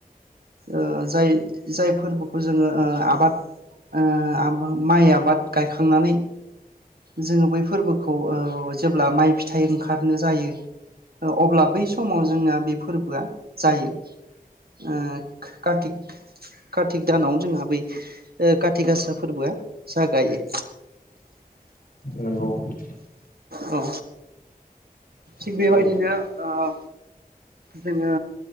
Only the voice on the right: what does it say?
ओ जाय जाय फोरबोखौ जोङो ओ आबाद ओ आबा- माइ आबाद। गायखांनानै जोङो बै फोरबोखौ ओ जेब्ला माइ फिथाइ ओंखारनो जायो, अब्ला बै समाव जोंना बे फोरबोआ जायो। ओ कार्तिक कार्तिक दानावनो जोंहा बै ओ खाथि गासा फोरबोआ जागायो।
औ। थिग
बेबायदिनो ओ जोङो